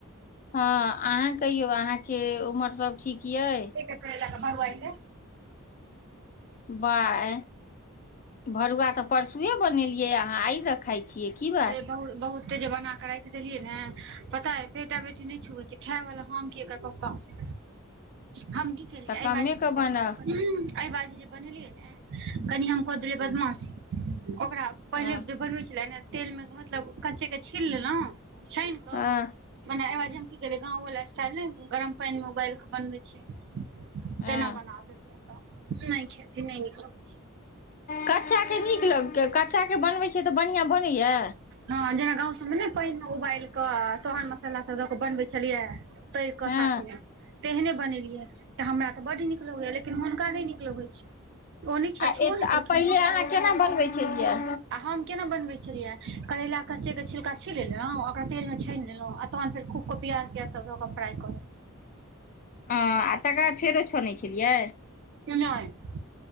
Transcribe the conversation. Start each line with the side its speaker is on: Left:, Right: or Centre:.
Left: हँ अहाँ कहियौ अहाँके उमर सब ठीक यै
Right: च भरआ
Left: बाय भरुआ तऽ परसुए बनेलियै अहाँ आइ र खाइ छियै की बात
Right: ब बहुते जे बना के राखि देलियै ने पता है बेटा - बेटी नहि छुएै छै खाय वाला हम छी आ एकर पप्पा। हम की केलियै
Left: तऽ
Right: एहि
Left: कमे
Right: बाजी की
Left: के
Right: कहल
Left: बनाउ
Right: ह एहि बाजी जे बनेलियै ने कनि हम कऽ देलियै बदमाशी ओकरा पहिले
Left: हँ
Right: जे बनबै छलै ने तेल मे मतलब कच्चे के छील लेलहुँ छानि कऽ
Left: हँ
Right: मने आज हम की करिलियै गांव वाला स्टाइल में गरम पानि में उबाइल के बनबै छिय। केना
Left: हँ
Right: बना देलियै तऽ नहि खेती नहि निकलबै।
Left: कच्चाके नीक लगतय? कच्चाके बनबैत छियै तऽ बढ़िआँ बनैया?
Right: हँ जेना गाँव सभमे में पानिमे उबालि कऽ तहन मसाला सभ दऽ कऽ बनबैत छलियै। तर क
Left: हँ
Right: साथमे तेहने बनेलियै। तऽ हमरा तऽ बड्ड नीक लगैया लेकिन हुनका नहि नीक लगैत छै। ओ नहि खेल
Left: आ
Right: छुबो
Left: ए
Right: नहि केलखिन
Left: आ पहिले अहाँ केना बनबै छलियै?
Right: आ हम केना बनबे छलियै? करैला कच्चे के छिलका छील लेललों ओकरा तेल में छानि लेलहु आ तहन फेर खूब कऽ प्याज सब दअ कऽ <unintelligible>
Left: हँ आ तकरा फेरो छोनै छलियै?
Right: लेलहुँ नहि